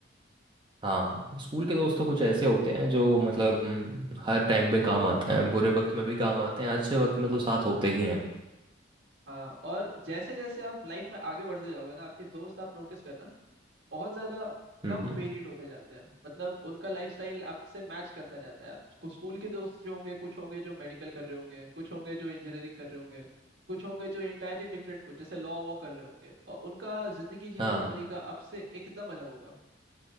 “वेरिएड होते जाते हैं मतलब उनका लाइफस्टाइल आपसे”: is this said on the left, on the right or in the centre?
Right